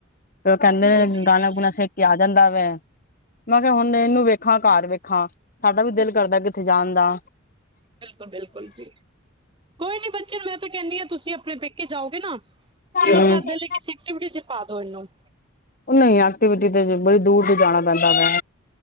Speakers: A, on the left (about 45°); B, on the right (about 25°).
A: ਤੇ ਉਹ ਕਹਿੰਦੇ
B: ਜੀ
A: ਗਾਣਾ
B: ਜੀ
A: ਗੁਣਾ ਸਿੱਕ ਕੇ ਆ ਜਾਂਦਾ ਵੇ। ਮੈਂ ਕਿਹਾ ਹੁਣ ਇਹਨੂੰ ਵੇਖਾਂ ਘਰ ਵੇਖਾਂ, ਸਾਡਾ ਵੀ ਦਿਲ ਕਰਦਾ ਕਿੱਥੇ ਜਾਣ ਦਾ।
B: ਬਿਲਕੁਲ-ਬਿਲਕੁਲ ਜੀ, ਕੋਈ ਨੀ ਬੱਚੇ ਨਾ ਮੈਂ ਤਾਂ ਕਹਿੰਨੀ ਆਂ, ਤੁਸੀਂ ਆਪਣੇ ਪੇਕੇ ਜਾਓਗੇ ਨਾ <unintelligible>
A: ਹੂੰ
B: ਸੱਦ ਲੈ ਕਿਸੇ ਇੱਕ ਵੀਡਿਓ ਚ ਪਾ ਦੋ ਇਹਨੂੰ।
A: ਉਹ ਨਹੀਂ ਐਕਟੀਵਾ ਤੇ, ਤਾਂ ਬੜੀ ਦੂਰ ਦੀ ਜਾਣਾ ਪੈਂਦਾ ਵਾ।